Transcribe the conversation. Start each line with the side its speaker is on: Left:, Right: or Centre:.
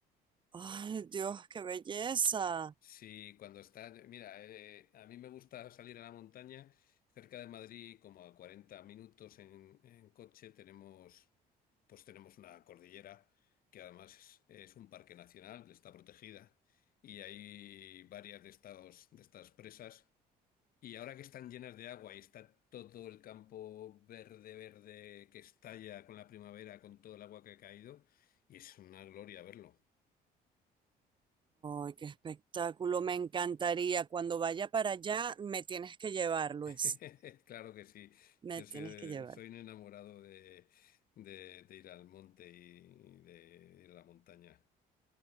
Right: ¡Ay, Dios, qué belleza!
Left: Sí, cuando está, mira, eh, a mí me gusta salir a la montaña. Cerca de Madrid, como a 40 minutos en, en coche, tenemos, pues tenemos una cordillera que además es, es un parque nacional, que está protegida y hay varias de estas, de estas presas. Y ahora que están llenas de agua y está todo el campo verde, verde que estalla con la primavera, con todo el agua que ha caído, y es una gloria verlo.
Right: ¡Ay, qué espectáculo! Me encantaría. Cuando vaya para allá, me tienes que llevar, Luis.
Left: <laughs> Claro que sí.
Right: Me
Left: Yo
Right: tienes
Left: soy, eh,
Right: que llevar.
Left: soy un enamorado de, de- de ir al monte y, y de ir a la montaña.